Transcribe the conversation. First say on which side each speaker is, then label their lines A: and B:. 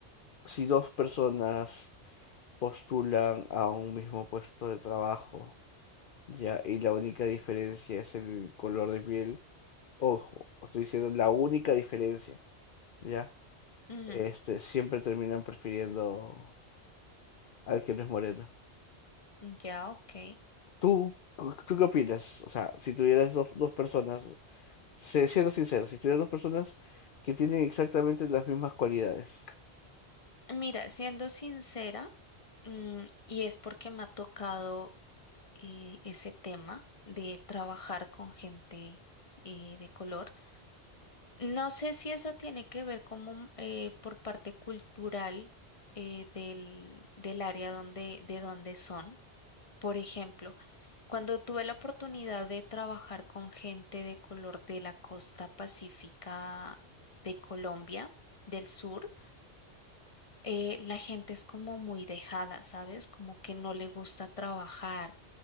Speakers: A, on the left; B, on the left.
A: si dos personas postulan a un mismo puesto de trabajo, ya, y la única diferencia es el color de piel. Ojo, estoy diciendo la única diferencia, ¿ya?
B: Ujú,
A: Este, siempre terminan prefiriendo al que no es moreno.
B: Ya, ok.
A: ¿Tú, cu- tú qué opinas? O sea, si tuvieras dos, dos personas, se- siendo sincero, si tuvieras dos personas que tienen exactamente las mismas cualidades.
B: Mira, siendo sincera, mm, y es porque me ha tocado eh, ese tema de trabajar con gente eh, de color, no sé si eso tiene que ver como eh, por parte cultural eh, del, del área donde, de donde son. Por ejemplo, cuando tuve la oportunidad de trabajar con gente de color de la costa pacífica de Colombia, del sur, eh, la gente es como muy dejada, ¿sabes? Como que no le gusta trabajar,